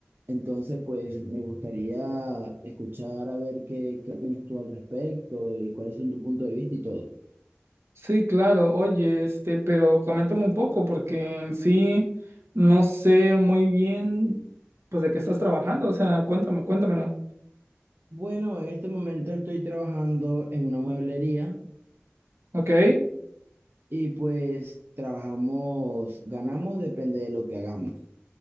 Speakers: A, on the right (about 55°); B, on the right (about 80°).
A: Entonces, pues me gustaría escuchar a ver qué, qué opinas tú al respecto y cuáles son tu punto de vista y todo.
B: sí, claro, oye, este, pero coméntame un poco, porque en sí no sé muy bien, pues, de qué estás trabajando, o sea, cuéntame, cuéntamelo,
A: Bueno, en este momento estoy trabajando en una mueblería
B: ¿ok?
A: y pues trabajamos, ganamos depende de lo que hagamos.